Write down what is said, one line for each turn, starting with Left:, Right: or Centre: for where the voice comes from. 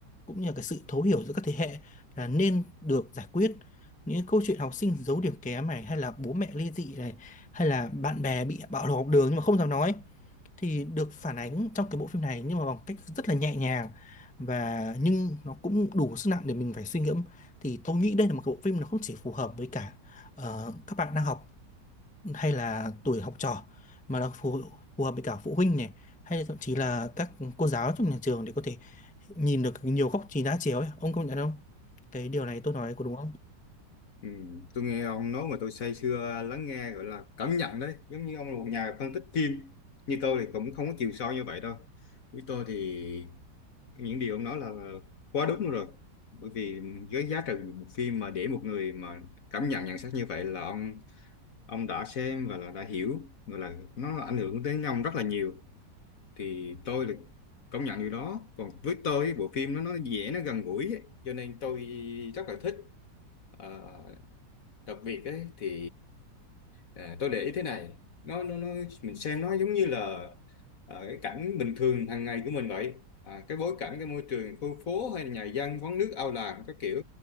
Centre: cũng như là cái sự thấu hiểu giữa các thế hệ là nên được giải quyết những câu chuyện học sinh giấu điểm kém này hay là bố mẹ ly dị này hay là bạn bè bị bạo lực học đường nhưng mà không dám nói thì được phản ánh trong cái bộ phim này nhưng mà bằng cách rất là nhẹ nhàng và nhưng nó cũng đủ sức nặng để mình phải suy ngẫm thì tôi nghĩ đây là một cái bộ phim nó không chỉ phù hợp với cả ờ, các bạn đang học hay là tuổi học trò mà nó phù phù hợp với cả phụ huynh này hay là thậm chí là các cô giáo trong nhà trường để có thể nhìn được nhiều góc nhìn đa chiều ấy ông công nhận không cái điều này tôi nói có đúng không
Left: Ừ, tôi nghe ông nói mà tôi say sưa lắng nghe gọi là cảm nhận đấy giống như ông là một nhà phân tích phim như tôi thì cũng không có chiều sâu như vậy đâu với tôi thì những điều ông nói là quá đúng rồi bởi vì với giá trị một phim mà để một người mà cảm nhận nhận xét như vậy là ông ông đã xem và là đã hiểu gọi là nó ảnh hưởng đến ông rất là nhiều thì tôi là công nhận điều đó còn với tôi ấy, bộ phim nó nó dễ nó gần gũi ấy, cho nên tôi rất là thích Ờ, đặc biệt ấy thì à, tôi để ý thế này nó nó nó mình xem nó giống như là à, cái cảnh bình thường hàng ngày của mình vậy à, cái bối cảnh cái môi trường khu phố hay là nhà dân quán nước ao làng các kiểu